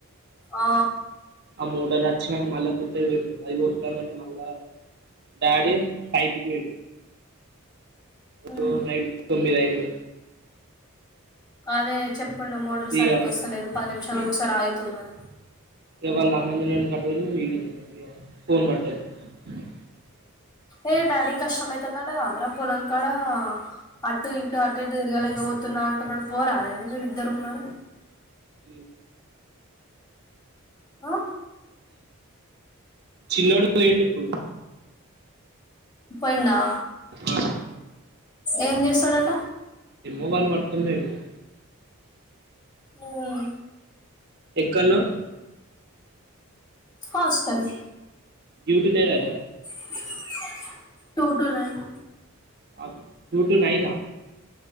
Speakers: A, on the left (about 20°); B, on the right (about 50°).
A: ఆ
B: అవి నచ్చినాక మళ్ళా కొత్తావి పెట్టినార్ అవి నత్తన్నాయి అంటే మళ్ళా డాడి పైకిపోయిండు
A: హ్మ్
B: ఓ నైట్ తొమ్మిది అయిండు
A: కాదే చెప్ రెండు మోటర్ సరిగ్గా
B: ఇక
A: వస్తలేదు పది నిమిష్ మళ్ళీ ఒకసారి అయిల్ తుడవాలి
B: ఎగ వాళమం <unintelligible> దం కట్ట మీడదు ఫోన్ కనపడటం లే
A: ఏ డాడీ కష్టం అయితుందట అధరా పొలం కాడ అటు ఇటు అటు ఇటు తిరగాలేక పోతున్నా అంటున్నాడు పోరా దండి మీరు ఇద్దరు ఉన్నారు
B: ఇగ
A: ఆ
B: చిన్నోడు ఏంటి ఇప్పుడు
A: పోయిందా
B: ఆ
A: ఏం చేస్తాడట
B: పిల్లొల్లని పట్కొని పొయిండ్రు
A: హ్మ్
B: ఎక్కనో
A: హాస్టల్
B: డ్యూటీ లేదా రా
A: <unintelligible> టూ టూ నైన్
B: ఆకు టూ టూ నైన్ ఆహ్